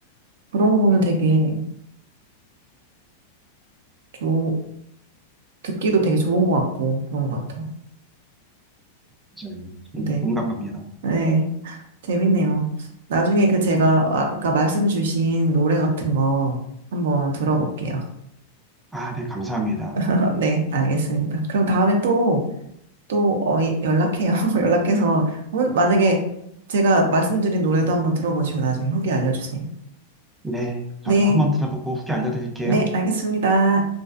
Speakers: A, on the right; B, in the centre.
A: 그런 거 보면 되게 좋, 듣기도 되게 좋은 것 같고 그런 것 같아요.
B: 맞아요.
A: 근데,
B: 음, 공감합니다.
A: 네. 재밌네요. 나중에 그 제가 아까 말씀 주신 노래 같은 거 한번 들어볼게요.
B: 아, 네, 감사합니다.
A: <laughs> 네, 알겠습니다. 그럼 다음에 또, 또, 어, 예, 연락해요. <laughs> 연락해서, 혼- 만약에 제가 말씀드린 노래도 한번 들어보시고 나중에 후기 알려주세요.
B: 네, 저도
A: 네,
B: 한번 들어보고 후기 알려드릴게요.
A: 네, 알겠습니다.